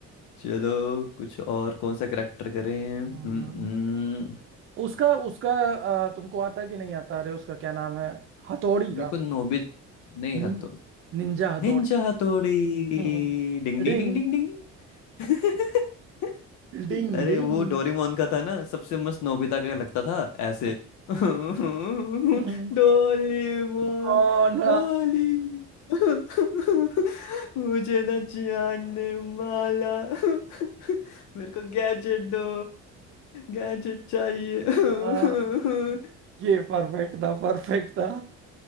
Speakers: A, on the left; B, on the right.
A: चलो कुछ और कौन सा करेक्टर करें हम्म,
B: हम्म।
A: हम्म,
B: उसका उसका अ, तुमको आता है कि नहीं आता अरे उसका क्या नाम है हथौड़ी
A: मेरे
B: का
A: को नोबित नहीं
B: निन-
A: हतो
B: निंजा हथौड़ी
A: निंजा हथौड़ी
B: हम्म।
A: डिंग डिंग
B: डिंग
A: डिंग डिंग डिंग <laughs>
B: डिंग
A: अरे
B: डिंग
A: वो डोरेमोन का था ना सबसे मस्त नोबिता का लगता था ऐसे
B: हाँ
A: <laughs> डोरेमोन
B: हाँ। कौन
A: डोली <laughs> मुझे ना जानने वाला <laughs> मेरे को गैजेट दो गैजेट चाहिए
B: हाँ
A: <laughs>
B: ये परफेक्ट था परफेक्ट था